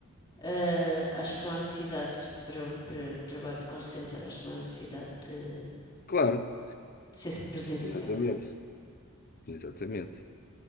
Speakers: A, on the left; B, on the left.
A: Ah, acho que não há necessidade para, para trabalho de call center, acho que não há necessidade de, de
B: Claro,
A: ser presencial.
B: exatamente. Exatamente.